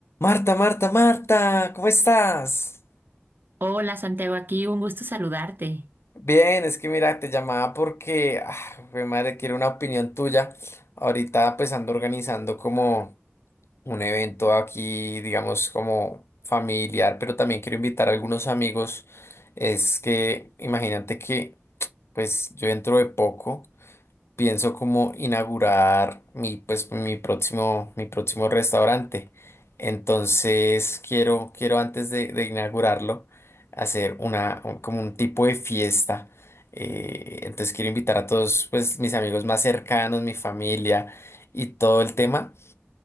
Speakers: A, on the left (about 85°); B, on the right (about 55°).
A: Marta, Marta, Marta, ¿cómo estás?
B: Hola Santiago, aquí un gusto saludarte.
A: Bien, es que mira, te llamaba porque, ah, jue madre, quiero una opinión tuya. Ahorita pues ando organizando como un evento aquí, digamos, como familiar, pero también quiero invitar a algunos amigos. Es que imagínate que pues yo dentro de poco. pienso como inaugurar mi, pues, mi próximo, mi próximo restaurante. Entonces quiero, quiero antes de, de inaugurarlo hacer una, un- como un tipo de fiesta. Eh, entonces quiero invitar a todos, pues, mis amigos más cercanos, mi familia y todo el tema